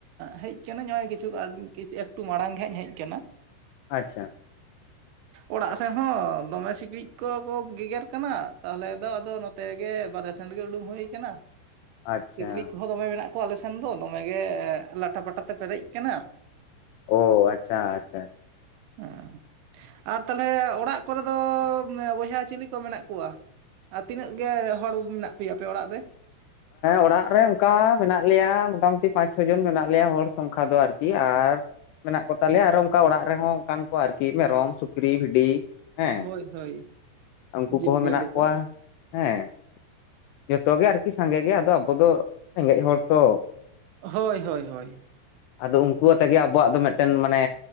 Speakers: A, on the right; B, on the left.
A: ᱦᱮᱡ ᱠᱟᱱᱟᱧ ᱱᱚᱜᱚᱭ ᱠᱤᱪᱷᱩ ᱮᱠᱴᱩ ᱢᱟᱲᱟᱝ ᱜᱮ ᱦᱟᱜ ᱤᱧ ᱦᱮᱡ ᱟᱠᱟᱱᱟ
B: ᱟᱪᱪᱷᱟ
A: ᱚᱲᱟᱜ
B: ᱟᱪᱪᱷᱟ
A: ᱥᱮᱡ ᱦᱚᱸ ᱫᱚᱢᱮ ᱥᱤᱠᱬᱤᱡ ᱠᱚᱠᱚ ᱜᱮᱜᱮᱨ ᱠᱟᱱᱟ ᱛᱟᱦᱚᱞᱮ ᱫᱚ ᱟᱫᱚ ᱱᱚᱛᱮ ᱜᱮ ᱵᱟᱨᱮ ᱥᱮᱱ ᱜᱮ ᱩᱰᱩᱝ ᱦᱩᱭ ᱠᱟᱱᱟ
B: ᱟᱪᱪᱷᱟ
A: ᱥᱤᱠᱬᱤᱡ ᱠᱚᱦᱚᱸ ᱫᱚᱢᱮ ᱢᱮᱱᱟᱜ ᱠᱚᱣᱟ ᱟᱞᱮ ᱥᱮᱱ ᱫᱚ ᱫᱚᱢᱮ ᱜᱮ ᱞᱟᱴᱟ ᱯᱟᱴᱟ ᱛᱮ ᱯᱮᱨᱮᱡ ᱠᱟᱱᱟ
B: ᱚ ᱟᱪᱪᱷᱟ ᱟᱪᱪᱷᱟ ᱟᱪᱪᱷᱟ
A: <unintelligible> ᱟᱨ ᱛᱟᱦᱚᱞᱮ ᱚᱲᱟᱜ ᱠᱚᱨᱮ ᱫᱚ ᱵᱚᱭᱦᱟ ᱪᱤᱞᱤ ᱠᱚ ᱢᱮᱱᱟᱜ ᱠᱚᱣᱟ ᱟᱨ ᱛᱤᱱᱟᱹᱜ ᱜᱮ ᱦᱚᱲ ᱢᱮᱱᱟᱜ ᱯᱮᱭᱟ ᱟᱯᱮ ᱚᱲᱟᱜ ᱨᱮ
B: ᱚᱲᱟᱜ ᱨᱮ ᱚᱝᱠᱟ ᱢᱮᱱᱟᱜ ᱞᱮᱭᱟ ᱢᱳᱚᱴᱟᱢᱩᱴᱤ ᱯᱟᱸᱪ ᱪᱷᱚ ᱡᱚᱱ ᱢᱮᱱᱟᱜ ᱞᱮᱭᱟ ᱦᱚᱲ ᱥᱚᱝᱠᱷᱟ ᱫᱚ ᱟᱨᱠᱤ ᱟᱨ ᱢᱮᱱᱟᱜ ᱠᱚ ᱛᱟᱞᱮᱭᱟ ᱟᱨᱚ ᱚᱱᱠᱟ ᱚᱲᱟᱜ ᱨᱮᱦᱚᱸ ᱚᱱᱠᱟᱱ ᱠᱚ ᱟᱨᱠᱤ ᱢᱮᱨᱚᱢ ᱥᱩᱠᱨᱤ ᱵᱷᱤᱰᱤ ᱦᱮᱸ
A: ᱦᱳᱭ ᱦᱳᱭ
B: ᱩᱱᱠᱩ
A: ᱡᱤᱵᱽ
B: ᱠᱚᱦᱚᱸ
A: ᱡᱤᱭᱟᱹᱞᱤ
B: ᱢᱮᱱᱟᱜ ᱠᱚᱣᱟ
A: ᱠᱚ
B: ᱦᱮᱸ ᱡᱚᱛᱚ ᱜᱮ ᱟᱨᱠᱤ ᱥᱟᱸᱜᱮ ᱜᱮ ᱟᱫᱚ ᱟᱵᱚ ᱫᱚ ᱨᱮᱸᱜᱮᱡ ᱦᱚᱲ ᱛᱚ
A: ᱦᱳᱭ ᱦᱳᱭ ᱦᱳᱭ
B: ᱟᱫᱚ ᱩᱱᱠᱩ ᱟᱛᱮ ᱜᱮ ᱟᱵᱚᱣᱟᱜ ᱫᱚ ᱢᱮᱫᱴᱮᱱ ᱢᱟᱱᱮ